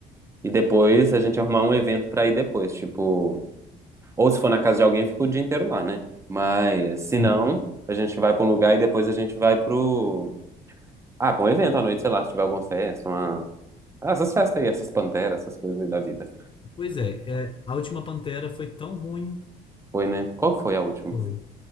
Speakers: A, on the right; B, on the left.
A: e depois a gente arrumar um evento pra ir depois. Tipo, ou se for na casa de alguém, fica o dia inteiro lá, né? Mas se
B: Sim.
A: não, a gente vai pra um lugar e depois a gente vai pro. Ah, pra um evento à noite, sei lá, se tiver alguma festa, uma. Ah, essas festas aí, essas panteras, essas coisas aí da vida.
B: Pois é, é, a última Pantera foi tão ruim.
A: Foi, né? Qual que foi a última?
B: Foi.